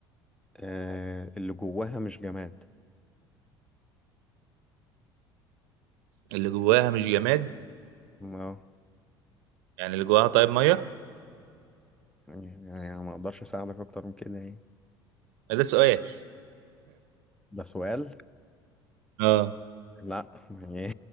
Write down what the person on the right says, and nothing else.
اللي جواها مش جماد
يعني اللي جواها طيب ميه
ده سؤال
اه